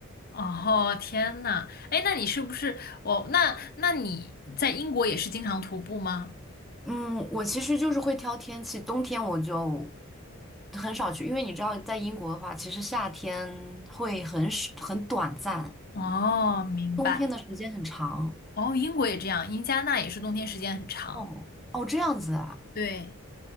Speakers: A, on the left; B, in the centre.
A: 哦，天呐，哎，那你是不是我？那那你在英国也是经常徒步吗？
B: 嗯，我其实就是会挑天气，冬天我就很少去，因为你知道，在英国的话，其实夏天会很少很短暂，
A: 哦，明白。
B: 冬天的时间很长。
A: 哦，英国也这样，因加拿大也是冬天时间很长。
B: 哦哦，这样子啊，
A: 对，